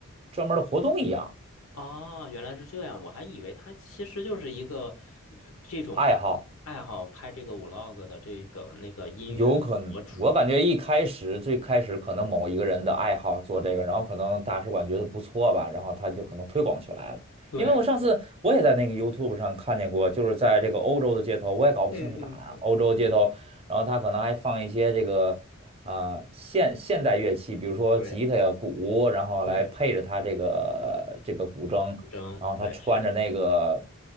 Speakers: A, on the right; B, on the left.
A: 专门儿的活动一样，
B: 哦，原来是这样，我还以为他其实就是一个呃这种拍爱好拍这个
A: 爱好。
B: vlog 的这个那个音乐的博主。
A: 有可能，我感觉一开始最开始可能某一个人的爱好做这个，然后可能大使馆觉得不错吧，然后他就可能推广起来了。
B: 对
A: 因为我上次我也在那个 YouTube 上看见过，就是在这个欧洲的街头，我也搞不清是哪儿啊，
B: 对对对
A: 欧洲街头，然后他可能还放一些这个啊、现现代乐器，比如说吉他呀、
B: 对
A: 鼓，然后来配着他这个这个古筝，
B: 对，真对，
A: 然后他穿着那个
B: 是的，